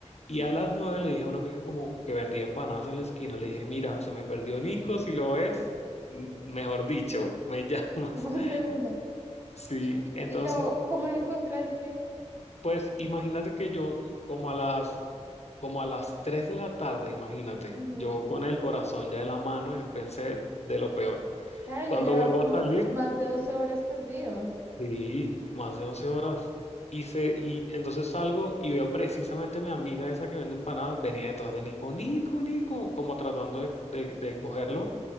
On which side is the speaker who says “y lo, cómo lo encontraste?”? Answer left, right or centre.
Right